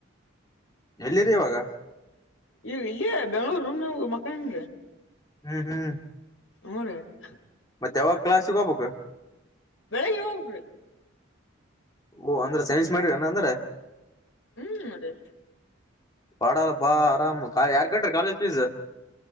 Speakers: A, on the left; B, on the left.
A: ಎಲ್ಲಿರಿ ಇವಾಗ
B: ಈ ಇಲ್ಲಿ ಬೆಂಗ್ಳೂರ್ಮ್ ನ ಮಕ್ಕನ್ಏನ್
A: ಹ್ಮ್ ಹ್ಮ್
B: <inaudible>
A: ಮತ್ತವಾಗ ಕ್ಲಸ್ ಶಗಬೇಕಬೇಕ
B: ಬೆಳ ಯೋಗೋಗ
A: ಓ ಅಂದ್ರ ಸೈನ್ಸ್ ಮಾಡಿರಣ ಅಂದ್ರೆ
B: ಹ್ಮ್ ಅದೇ
A: ಪಾಡ ಬಾ ಆರಾಮ ಯಾರ್ ಕಟ್ರಿ ಕಾಲೇಜ್ ಫೀಸ್